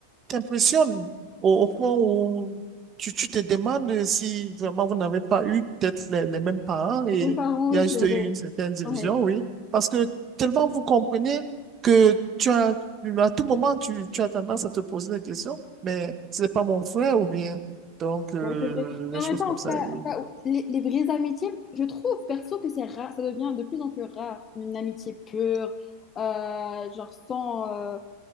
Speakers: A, on the right; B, on the left.
A: t'impressionne au, au point où tu, tu te demandes si vraiment vous n'avez pas eu peut-être les, les mêmes parents et
B: mes parents,
A: il
B: oui,
A: y a juste
B: c'est vrai.
A: eu une certaine division,
B: Ouais,
A: oui. Parce que tellement vous comprenez que tu as, à tout moment, tu, tu as tendance à te poser des questions, mais ce n'est pas mon frère ou bien. Donc, euh,
B: ouais, c'est vrai. Mais
A: des
B: en
A: choses
B: même temps,
A: comme ça.
B: ça-
A: et-
B: ça- les, les vraies amitiés, je trouve perso que c'est rare, ça devient de plus en plus rare, une amitié pure, euh, genre sans, euh,